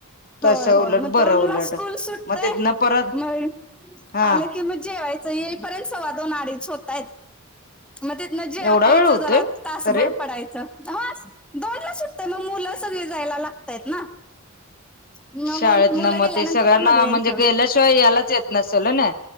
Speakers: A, on the left; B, in the centre.
A: तसं
B: होय होय,
A: उलट
B: म
A: बरं
B: दोनला
A: उलट
B: स्कूल सुटते
A: मग तिथनं परत
B: म
A: हा
B: आले की, म जेवायच. येईपर्यंत सववा दोन, आडीच होतायेत. मग तिथनं जेवायचं,
A: एवढा वेळ होतोय
B: जरा तासभर
A: तरी
B: पडायचं. दोनला सुटतेय, मग मुलं सगळी जायला लागतयत ना. मग
A: शाळेत
B: मुलं
A: ना, म
B: गेल्यानंतर
A: ते सगळ्यांना
B: मग यायचं
A: म्हणजे, गेल्याशिवाय, यालाच येत नसेल ना.